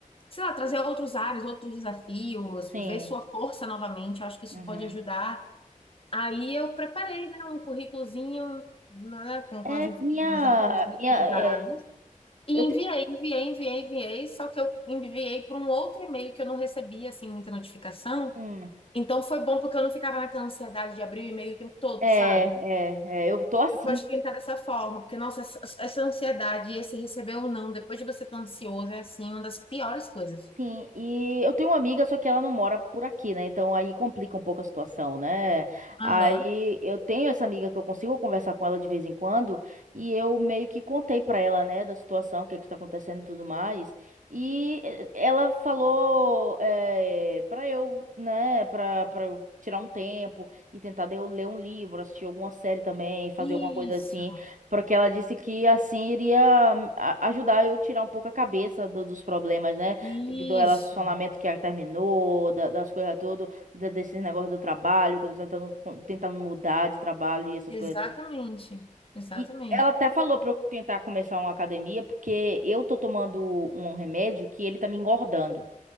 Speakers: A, on the left (about 40°); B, on the right (about 70°).
A: sei lá, trazer outros áreas, outros desafios,
B: sim.
A: ver sua força novamente. Eu acho que isso
B: Uhum.
A: pode ajudar Aí eu preparei, né, um currículozinho, né, com,
B: É,
A: com as, info-
B: minha,
A: com as informações
B: minha,
A: utilizadas
B: é,
A: e
B: eu
A: enviei,
B: tenho,
A: enviei, enviei, enviei, só que eu enviei para um outro e-mail que eu não recebia, assim, muita notificação.
B: hum,
A: Então foi bom porque eu não ficava naquela ansiedade de abrir o e-mail o tempo todo,
B: é,
A: sabe?
B: é, é, eu tô assim.
A: Eu Pode tentar dessa forma, porque, nossa, essa, essa ansiedade, esse receber ou não, depois de você estar ansioso, é, assim, uma das piores coisas.
B: Sim, e eu tenho uma amiga, só que ela não mora por aqui, né? Então aí complica um pouco a situação, né? Aí
A: Aham.
B: eu tenho essa amiga que eu consigo conversar com ela de vez em quando, e eu meio que contei pra ela, né, da situação, o que é que tá acontecendo e tudo mais. E eh, ela falou é, para eu, né, pra, pra eu tirar um tempo e tentar de eu ler um livro, assistir alguma série também, fazer
A: Isso,
B: alguma coisa assim, porque ela disse que assim iria hum, a- ajudar eu tirar um pouco a cabeça do- dos problemas, né?
A: isso,
B: do relacionamento que ela terminou, da- das coisas tudo, da- desses negócios do trabalho, que eu tô tentando, tentando mudar de trabalho e essas
A: exatamente,
B: coisas tudo.
A: exatamente.
B: E ela até falou pra eu tentar começar uma academia, porque eu tô tomando um remédio que ele tá me engordando.